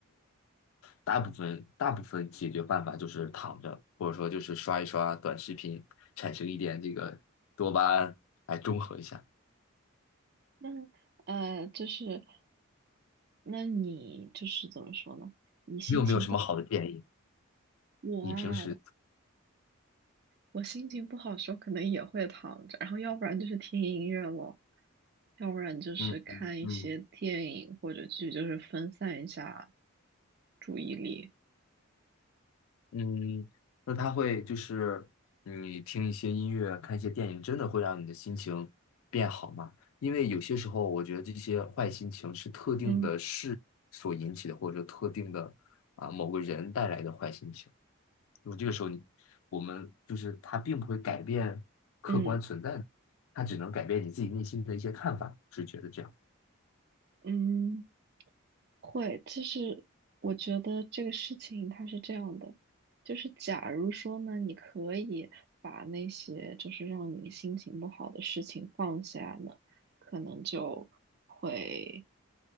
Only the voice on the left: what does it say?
大部分大部分解决办法就是躺着，或者说就是刷一刷短视频，产生一点这个多巴胺来中和一下。
你有没有什么好的建议？
你平时
嗯嗯嗯
嗯那它会就是你听一些音乐、看一些电影，真的会让你的心情变好吗？因为有些时候，我觉得这些坏心情是特定的事所引起的，
或者说特定的啊某个人带来的坏心情。就这个时候你，我们就是它并不会改变客观存在的，
它只能改变你自己内心的一些看法，是觉得这样。